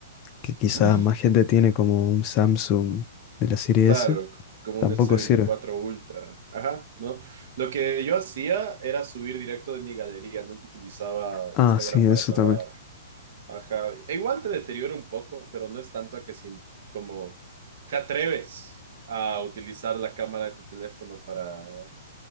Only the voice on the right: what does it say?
<laughs> No,
claro,
como
un S24
Ultra. Ajá, ¿no? Lo que yo hacía era subir directo de mi galería, nunca utilizaba
Instagram
para clavar.
Ajá, e igual te deteriora un poco, pero no es tanto a que si, como te atreves a utilizar la cámara de tu teléfono para